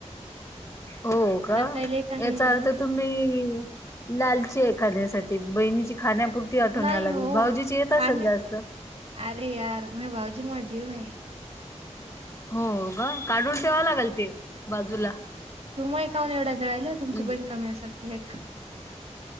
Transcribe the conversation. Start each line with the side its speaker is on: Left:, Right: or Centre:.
Left: हो का
Right: माझी ताई लई चांगली
Left: याचा
Right: आहे
Left: अर्थ
Right: हो.
Left: तुम्ही लालची ये एखाद्यासाठी बहिणीची खाण्यापूर ती आठवण
Right: नाही
Left: यायला
Right: हो.
Left: लागली भाऊजीची येत असल
Right: खाण्यात
Left: जास्त
Right: अरे यार मये भाऊजी मआ जीव हाय
Left: हो का काढून ठेवाव लागल ते बाजूला
Right: तुमही काऊन एवढ्या जळायल्या तुमची
Left: म्हणजे
Right: बहीण का मया सारखी हय का